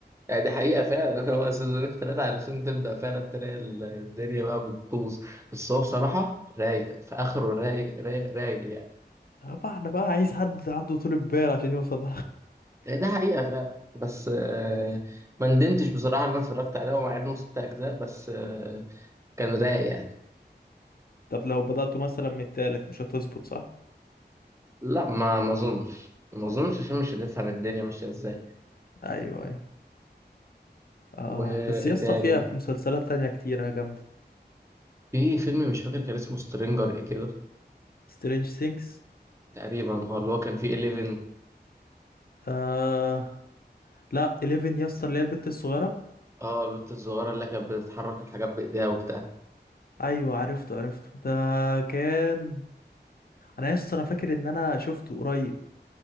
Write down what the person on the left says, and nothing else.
طبعا انا بقى عايز حد عنده طول بال عشان يوصل
طب لو بدأتوا مثلا من التالت مش هتظبط صح؟
ايوه ايوه اه
بس يا
اسطى فيها في مسلسلات تانية كتيرة جامدة
سترينج ثينكس
آه لا 11 يا اسطى اللي هي البت الصغيرة
ايوه عرفته عرفته ده كان انا يا اسطى انا فاكر ان انا شفته قريب